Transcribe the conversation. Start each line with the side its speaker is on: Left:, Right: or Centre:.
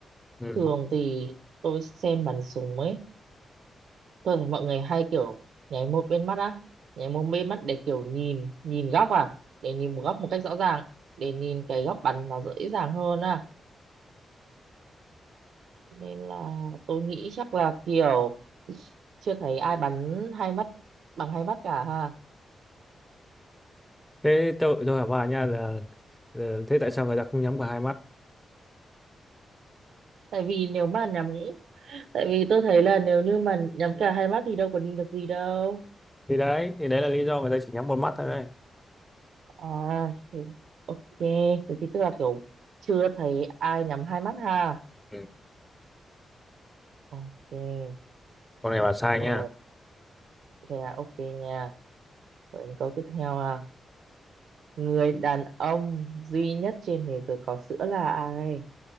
Centre: Ừ.
Right: thường thì tôi xem bắn súng ấy tôi thấy mọi người hay kiểu nháy một bên mắt á nháy một bên mắt để kiểu nhìn nhìn góc à để nhìn một góc một cách rõ ràng để nhìn cái góc bắn nó dễ dàng hơn à nên là tôi nghĩ chắc là kiểu chưa thấy ai bắn hai mắt bằng hai mắt cả ha
Centre: Thế tôi tôi hỏi bà nha là là thế tại sao người ta không nhắm cả hai mắt?
Right: tại vì nếu mà nhắm tại vì tôi thấy là nếu như mà nhắm cả hai mắt thì đâu có nhìn được gì đâu
Centre: Thì đấy, thì đấy là lý do người ta chỉ nhắm một mắt thôi đấy.
Right: à thì, ok thế thì tức là kiểu chưa thấy ai nhắm hai mắt ha
Centre: Ừ.
Right: ok
Centre: Con này bà sai
Right: rồi
Centre: nha.
Right: thế à, ok nha rồi đến câu tiếp theo à người đàn ông duy nhất trên thế giới có sữa là ai